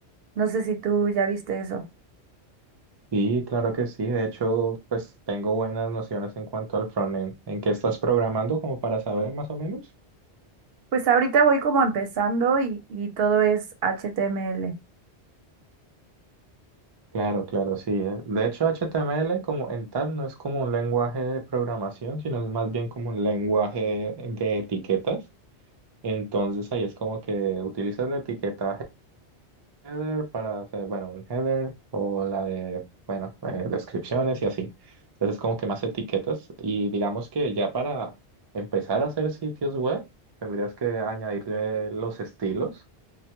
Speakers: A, on the right; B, on the right.
A: No sé si tú ya viste eso.
B: Sí, claro que sí, de hecho pues tengo buenas nociones en cuanto al frontend. ¿En qué estás programando como para saber más o menos?
A: Pues ahorita voy como empezando y, y todo es HTML.
B: Claro, claro, sí. eh. De hecho, HTML como en tal no es como un lenguaje de programación, sino es más bien como un lenguaje de etiquetas. Entonces ahí es como que utilizas la etiqueta header para hacer, bueno, un header o la de, bueno, eh, descripciones y así. Entonces es como que más etiquetas. Y digamos que ya para empezar a hacer sitios web, tendrías que añadirle los estilos